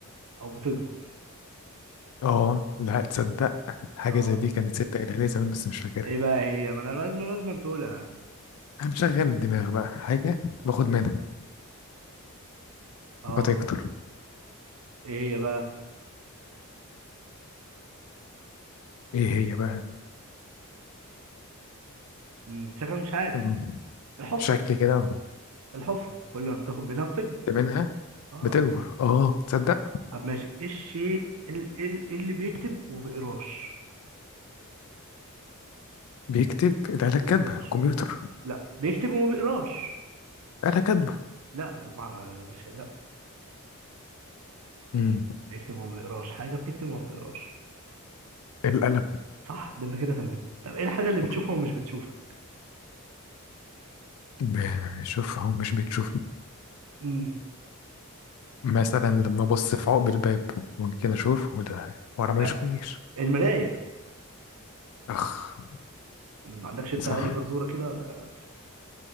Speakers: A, on the right; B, on the left.
A: أو بتكبر
B: اه لا تصدق حاجة
A: اه
B: زي دي كانت ستة قالها لي زمان بس مش فاكرها
A: إيه بقى هي ما أنا لازم لازم تقولها يعني.
B: هنشغل الدماغ بقى حاجة باخد منها
A: اه
B: فتكتر
A: إيه هي بقى
B: ايه هي بقى
A: امم شكلك مش عارف
B: أم،
A: الحفرة
B: شكل كده أهو.
A: الحفرة كل ما بتاخد منها بتكبر
B: خدت منها
A: اه
B: بتكبر اه تصدق
A: طب ماشي ايه الشيء ال- ال- إيه اللي بيكتب وما بيقراش
B: بيكتب الآلة
A: وما
B: كاتبة
A: بيقراش
B: كمبيوتر
A: لا بيكتب وما بيقراش
B: آلة كاتبة
A: لا ده المعنى ده مش لا
B: أمم،
A: بيكتب وما بيقراش حاجه بتكتب وما بتقراش
B: القلم
A: صح ده انت كده تمام طب ايه الحاجه اللي بتشوفها
B: شوف
A: ومش بتشوفها
B: بشوف أهو مش بتشوف
A: امم
B: مثلا لما أبص في عقب الباب ممكن أشوف وده ورا ما
A: لا
B: يشوفنيش
A: المرايه
B: أخ
A: ما عندكش انت
B: صح
A: اي فزوره كده ولا